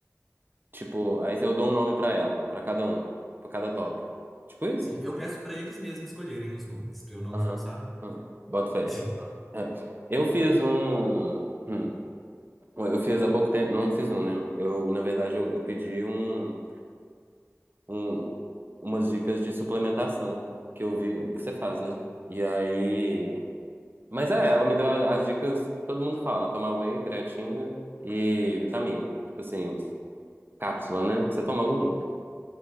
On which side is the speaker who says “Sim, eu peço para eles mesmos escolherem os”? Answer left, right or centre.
Centre